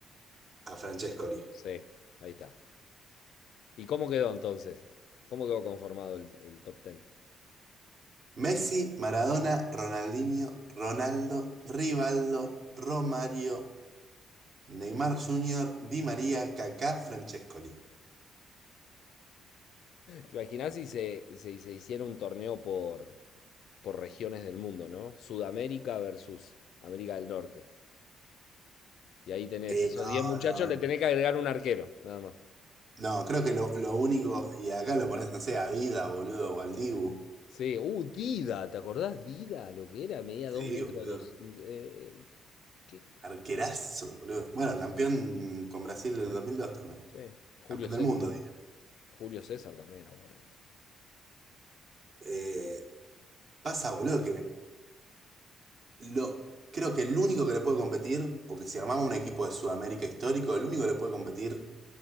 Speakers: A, on the right; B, on the left.
A: a Francescoli.
B: Sí, ahí está. ¿Y cómo quedó entonces? ¿Cómo quedó conformado el, el top ten.
A: Messi, Maradona, Ronaldinho, Ronaldo, Rivaldo, Romario, Neymar Jr., Di María, Kaká, Francescoli.
B: ¿Te imaginás si se, se- se hiciera un torneo por, por regiones del mundo, ¿no? Sudamérica versus América del Norte. Y ahí tenés
A: Eh,
B: esos 10 muchachos,
A: no, no.
B: le tenés que agregar un arquero, nada más.
A: No, creo que lo, lo único, y acá lo pones, no sé, a Dida, boludo, o al Dibu.
B: Sí, uh, Dida, ¿te acordás Dida? Lo que era, medía
A: Sí,
B: 2 metros,
A: boludo.
B: dos, eh, eh, ¿qué?
A: Arquerazo,
B: Dida,
A: boludo.
B: arquera.
A: Bueno, campeón con Brasil del 2002 también.
B: Sí, Julio
A: Campeón
B: César.
A: del mundo.
B: Julio César también era bueno.
A: Eh, pasa, boludo, que lo, creo que el único que le puede competir, porque si armamos un equipo de Sudamérica histórico, el único que le puede competir,